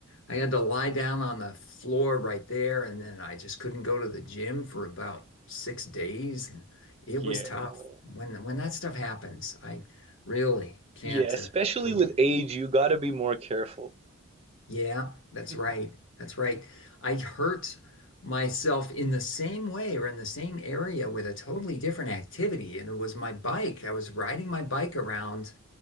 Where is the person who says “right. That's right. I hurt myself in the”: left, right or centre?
Left